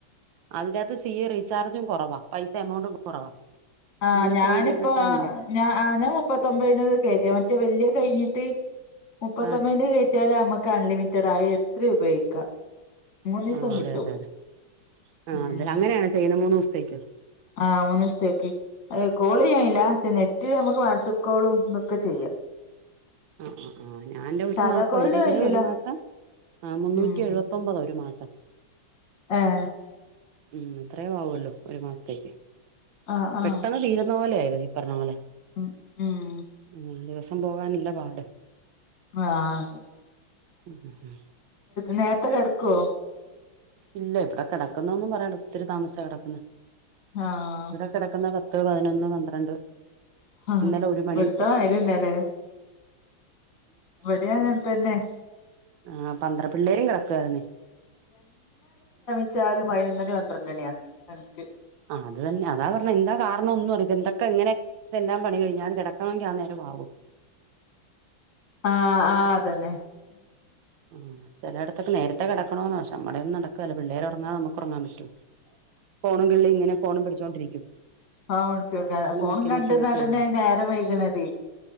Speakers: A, on the right; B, on the left.
A: അതിന്റകത്ത് സി റീചാർജും കുറവാ പൈസ എമൗണ്ടും കുറവാ
B: ആഹ്
A: നമ്മള്
B: ഞാനിപ്പോ
A: ചെയ്യുന്നതിന്റെ അത്ര ഇല്ല
B: ഞാ ആ ഞാൻ മുപ്പത്തൊമ്പതിന് കേറ്റി മറ്റേ വല്യ കഴിഞ്ഞിട്ട് മുപ്പത്തൊമ്പതിന്റെ
A: ആഹ്
B: കേ റ്റിയാല് നമുക്ക് അൺലിമിറ്റഡാ ആ എത്രയും ഉപയോഗിക്കാം. മൂന്നീസം
A: ആഹ് അതെ
B: കിട്ടും
A: അതെ അതെ ആ
B: ഉം
A: അതെ അങ്ങനെയാണോ ചെയ്യുന്നത് മൂന്ന് ദിവസത്തേക്കോ
B: ആഹ് മൂന്ന് ദിവസത്തേക്ക് അത് കോള് ചെയ്യാനില്ല പക്ഷെ നെറ്റ് നമുക്ക് വാട്സ്ആപ്പ് കോളും ഒക്കെ ചെയ്യാം
A: ആ ആ ആ ഞാൻ എന്റെ ഒരു
B: സാധാ
A: മാസം
B: കോളിന്
A: എന്റെ ഇതില്
B: കഴിയൂല
A: ഒരു മാസം ആ മുന്നൂറ്റി
B: ഉം
A: എഴു പത്തൊമ്പതോ ഒരു മാസം
B: ആഹ്
A: ഉം അത്രേയും ആവൂല്ലോ ഒരു മാസത്തേക്ക്
B: ആഹ്
A: പെട്ടെന്ന്
B: ആഹ്
A: തീരുന്ന പോലെ ആയിരുന്നു ഈ പറഞ്ഞ പോലെ
B: ഉം ഉം
A: ആഹ് ദിവസം പോകാനല്ല പാട്
B: ആഹ് അതേ
A: ഉം ഉം ഉം
B: നേരത്തെ കിടക്കുവോ
A: ഇല്ല ഇവിടെ കിടക്കുന്നൊന്നും പറയണ്ട ഒത്തിരി താമസിച്ചാ കിടക്കുന്നെ
B: ആഹ്
A: കിടക്കുന്നെ പത്ത് പതിനൊന്ന് പന്ത്രണ്ട്
B: ആ
A: ഇന്നലെ ഒരു മണി
B: ഇവിടുത്ത മാതിരി തന്നെയല്ലേ ഇവിടെയും അങ്ങനെ തന്നെ
A: ആ പന്ത്ര പിള്ളേരും കിടക്കുവാരുന്നേ
B: <unintelligible> പതിനൊന്ന് മണി പന്ത്രണ്ട്‌ മണിയാ കണക്ക്
A: ആഹ് അത് തന്നെ അതാ പറഞ്ഞേ എന്താ കാരണം ഒന്നും അറിയത്തില്ല എന്തൊക്കെ എങ്ങനെ ഇതെല്ലാം പണി കഴിഞ്ഞാലും കിടക്കണമെങ്കിൽ ആ നേരം ആവും
B: ആഹ് ആഹ് അത് തന്നെ
A: ആഹ് ചിലയിടത്തൊക്കെ നേരത്തെ കിടക്കണോന്നാ പക്ഷെ നമ്മടെ ഒന്നും നടക്കുവേല്ല പിള്ളേര് ഉറങ്ങാതെ നമുക്ക് ഉറങ്ങാൻ പറ്റുവോ ഫോണും കിള്ളി ഇങ്ങനെ ഫോണും പിടിച്ചോണ്ടിരിക്കും
B: ആഹ് വിളിച്ചു കൊടുക്കാൻ ഫോണും
A: നെക്കി
B: കണ്ട
A: നെക്കി നെക്കി
B: നടന്നാ
A: ആ
B: നേരം വൈകണതെ